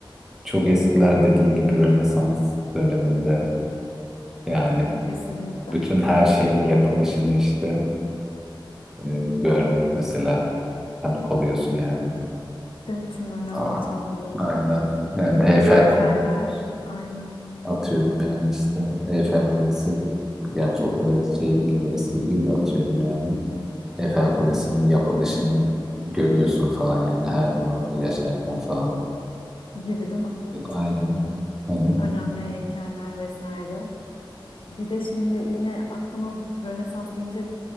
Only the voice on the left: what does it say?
Kesinlikle.
Değil mi? Tüm önemli
tabloları.
Heykeller aynen
gibi değil mi? Evet.
Önemli heykeller vesaire. Bir de şimdi yine aklıma Rönesans deyince